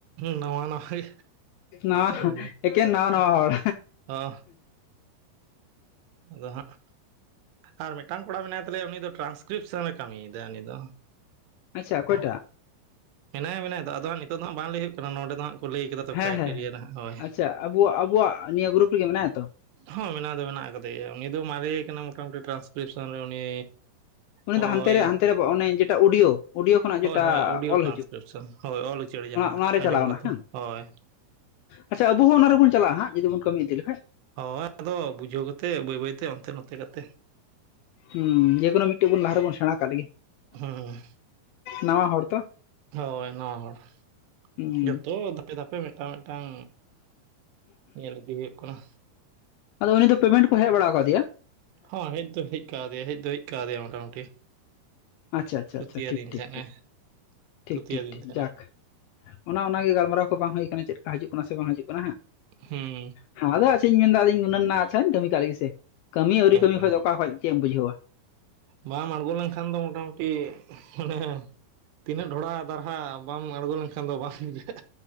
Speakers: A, on the right; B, on the left.
A: ᱱᱟᱣᱟ ᱱᱟᱣᱟ ᱜᱮ
B: ᱱᱟ
A: ᱚᱱᱟᱜᱮ
B: ᱮᱠᱷᱮᱱ ᱱᱟᱣᱟ ᱱᱟᱣᱟ ᱦᱚᱲ
A: ᱚ ᱟᱫᱚ ᱦᱟᱸᱜ ᱟᱨ ᱢᱤᱫᱴᱟᱝ ᱠᱚᱲᱟ ᱢᱮᱱᱟᱭ ᱛᱟᱞᱮᱭᱟ ᱩᱱᱤ ᱫᱚ ᱴᱨᱟᱱᱥᱠᱨᱤᱯᱥᱮᱱᱮ ᱠᱟᱹᱢᱤᱭᱮᱫᱟ ᱩᱱᱤ ᱫᱚ
B: ᱟᱪᱪᱷᱟ ᱚᱠᱚᱭᱴᱟᱜ
A: ᱢᱮᱱᱟᱭᱟ ᱢᱮᱱᱟᱭ ᱫᱚ ᱟᱫᱚ ᱦᱟᱸᱜ ᱱᱤᱛᱳ ᱫᱚ ᱵᱟᱝ ᱞᱟᱹᱭ ᱦᱚᱭᱳᱜ ᱠᱟᱱᱟ ᱱᱚᱰᱮ ᱫᱚ ᱦᱟᱜᱸ ᱠᱚ ᱞᱟᱹᱭ ᱠᱟᱫᱟ ᱛᱚ
B: ᱦᱮᱸ
A: ᱠᱨᱟᱭᱴᱮᱨᱤᱭᱟ
B: ᱦᱮᱸ ᱦᱮᱸ
A: ᱦᱟᱸᱜ ᱦᱳᱭ
B: ᱟᱪᱪᱷᱟ ᱟᱵᱚ ᱟᱵᱚᱣᱟᱜ ᱱᱤᱭᱟᱹ ᱜᱨᱩᱯ ᱨᱮᱜᱮ ᱢᱮᱱᱟᱭᱟ ᱛᱚ
A: ᱦᱚᱸ ᱢᱮᱱᱟᱣ ᱫᱚ ᱢᱮᱱᱟᱜ ᱟᱠᱟᱫᱮ ᱜᱮᱭᱟ ᱩᱱᱤ ᱫᱚ ᱢᱟᱨᱮ ᱟᱠᱟᱱ ᱢᱚᱴᱟᱢᱩᱴᱤ ᱴᱨᱟᱱᱥᱠᱨᱤᱯᱥᱚᱱ ᱨᱮ ᱩᱱᱤ
B: ᱩᱱᱤ
A: ᱳᱭ
B: ᱫᱚ ᱦᱟᱱᱛᱮ ᱨᱮ ᱦᱟᱱᱛᱮ ᱨᱮ ᱚᱱᱮ ᱡᱮᱴᱟ ᱚᱰᱤᱭᱳ ᱚᱰᱤᱭᱳ ᱠᱷᱚᱱᱟᱜ
A: ᱦᱳᱭ
B: ᱡᱮᱴᱟ
A: ᱦᱳᱭ ᱚᱰᱤᱭᱳ
B: ᱚᱞ
A: ᱴᱨᱟᱱᱥᱠᱨᱤᱯᱥᱚᱱ
B: ᱦᱤᱡᱩᱜ
A: ᱦᱳᱭ ᱚᱞ ᱩᱪᱟᱹᱲ ᱡᱟᱦᱟᱸ
B: ᱚᱱᱟᱨᱮ
A: ᱟᱸᱡᱚᱢ
B: ᱪᱟᱞᱟᱣᱱᱟ
A: ᱠᱟᱛᱮ
B: ᱦᱟᱸ
A: ᱦᱳᱭ
B: ᱟᱪᱪᱷᱟ ᱟᱵᱚ ᱦᱚᱸ ᱚᱱᱟ ᱨᱮᱵᱚᱱ ᱪᱟᱞᱟᱜᱼᱟ ᱦᱟᱸᱜ ᱡᱩᱫᱤ ᱵᱚᱱ ᱠᱟᱹᱢᱤ ᱤᱫᱤ ᱞᱮᱠᱟᱱ
A: ᱦᱳ‌ ᱟᱫᱚ ᱵᱩᱡᱷᱟᱹᱣ ᱠᱟᱛᱮᱫ ᱵᱟᱹᱭ ᱵᱟᱹᱭ ᱛᱮ ᱚᱱᱛᱮ ᱱᱚᱛᱮ ᱠᱟᱛᱮ
B: ᱦᱩ ᱸ ᱡᱮᱠᱳᱱᱳ ᱢᱤᱫᱴᱮᱜ ᱵᱚᱱ ᱞᱟᱦᱟ ᱨᱮᱵᱚᱱ ᱥᱮᱬᱟ ᱠᱟᱜ ᱜᱮ
A: ᱦᱮᱸ
B: ᱱᱟᱣᱟ ᱦᱚᱲ ᱛᱚ
A: ᱦᱳᱭ ᱱᱟᱣᱟ ᱦᱚᱲ
B: ᱦᱩᱸ
A: ᱡᱷᱚᱛᱚ ᱫᱷᱟᱯᱮ ᱫᱷᱟᱯᱮ ᱢᱤᱫᱴᱟᱝ ᱢᱤᱫᱴᱟᱝ ᱧᱮᱞ ᱤᱫᱤ ᱦᱩᱭᱩᱜ ᱠᱟᱱᱟ
B: ᱟᱫᱚ ᱩᱱᱤ ᱫᱚ ᱯᱮᱢᱮᱱᱴ ᱠᱚ ᱦᱮᱡ ᱵᱟᱲᱟ ᱟᱠᱟᱫᱮᱭᱟ
A: ᱦᱸ ᱦᱮᱡ ᱫᱚ ᱦᱮᱡ ᱠᱟᱣᱫᱮᱭᱟ ᱦᱮᱡ ᱫᱚ ᱦᱮᱡ ᱠᱟᱣᱫᱮᱭᱟ ᱢᱚᱴᱟᱢᱩᱴᱤ
B: ᱟᱪᱪᱷᱟ ᱟᱪᱪᱷᱟ
A: ᱛᱷᱩᱛᱤᱭᱟᱫᱤᱧ
B: ᱟᱪᱪᱷᱟ ᱴᱷᱤᱠ ᱴᱷᱤᱠ
A: ᱛᱟᱦᱮᱸᱱᱟᱭ
B: ᱴᱷᱤᱠ ᱴᱷᱤᱠ
A: ᱛᱷᱩᱛᱤᱭᱟᱫᱤᱧ
B: ᱴᱷᱤᱠ ᱴᱷᱤᱠ
A: ᱛᱟᱦᱮᱸᱱᱟᱭ
B: ᱡᱟᱠ ᱚᱱᱟ ᱚᱱᱟᱜᱮ ᱜᱟᱞᱢᱟᱨᱟᱣ ᱠᱚ ᱵᱟᱝ ᱦᱳᱭ ᱠᱟᱱ ᱪᱮᱫ ᱠᱟ ᱦᱤᱡᱩᱜ ᱠᱟᱱᱟ ᱥᱮ ᱵᱟᱝ ᱦᱤᱡᱩᱜ ᱠᱟᱱᱟ ᱦᱟᱸᱜ
A: ᱦᱩᱸ
B: ᱦᱮ ᱟᱫᱚ ᱟᱪᱪᱷᱟᱧ ᱢᱮᱱ ᱮᱫᱟ ᱤᱧ ᱜᱩᱱᱟᱹᱱᱟ ᱟᱪᱪᱷᱟᱧ ᱠᱟᱹᱢᱤ ᱠᱟᱜ ᱞᱮᱜᱮ ᱠᱟᱹᱢᱤ ᱟᱹᱣᱨᱤ
A: ᱦᱩᱸ
B: ᱠᱟᱹᱢᱤ ᱠᱷᱚᱱ ᱫᱚ ᱚᱠᱟ ᱠᱷᱚᱡ ᱪᱮᱫ ᱮᱢ ᱵᱩᱡᱷᱟᱹᱣᱟ
A: ᱵᱟᱢ ᱟᱬᱜᱳ ᱞᱮᱱᱠᱷᱟᱱ ᱫᱚ ᱢᱚᱴᱟᱢᱩᱴᱤ ᱢᱟᱱᱮ ᱛᱤᱱᱟᱹᱜ ᱰᱷᱚᱲᱟ ᱫᱟᱨᱦᱟ ᱵᱟᱢ ᱟᱲᱜᱳ ᱞᱮᱱᱠᱷᱟᱱ ᱫᱚ ᱵᱟᱝ ᱵᱩᱡᱷᱟᱹᱜᱼᱟ